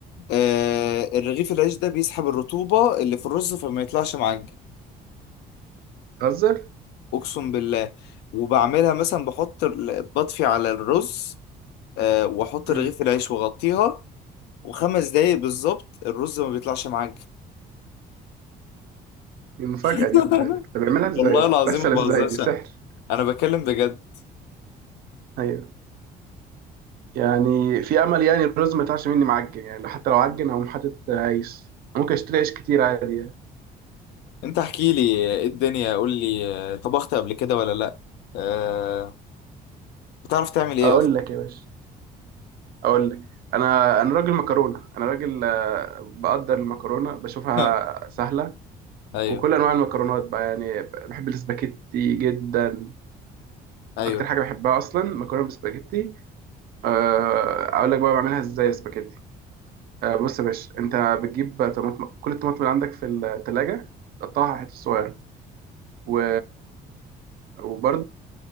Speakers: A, on the left; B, on the right.
A: آه الرغيف العيش ده بيسحب الرطوبه اللي في الرز فما يطلعش معجن
B: تهزر
A: اقسم بالله وبعملها مثلا بحط ال- بطفي على الرز آه، واحط
B: مم.
A: رغيف العيش واغطيها وخمس دقايق بالظبط الرز ما بيطلعش معاك
B: دي مفاجاه
A: <laughs>
B: دي خد بالك طب بيعملها ازاي
A: والله
B: بتحصل
A: العظيم ما بهزرش
B: ازاي دي سحر
A: انا بكلم بجد
B: ايوه يعني في امل يعني الرز ما يطلعش مني معجن يعني لو- حتى لو عجن هقوم حاطط عيش ممكن اشتري عيش كتير عادي يعني.
A: انت احكي لي ايه الدنيا قول لي آه، طبخت قبل كده ولا لا آه، بتعرف تعمل ايه
B: اقول
A: اصلا
B: لك يا باشا اقول لك انا انا راجل مكرونه انا راجل آه، بقدر المكرونه بشوفها
A: <laughs>
B: سهله
A: ايوه
B: وكل انواع المكرونات بقى يعني بحب الاسباجيتي جدا
A: ايوه
B: اكتر حاجه بحبها اصلا مكرونه بالسباجيتي آه، اقول لك بقى بعملها ازاي السباجيتي آه، بص يا باشا انت بتجيب طماطم كل الطماطم اللي عندك في التلاجة تقطعها حتت صغيره و... وبرده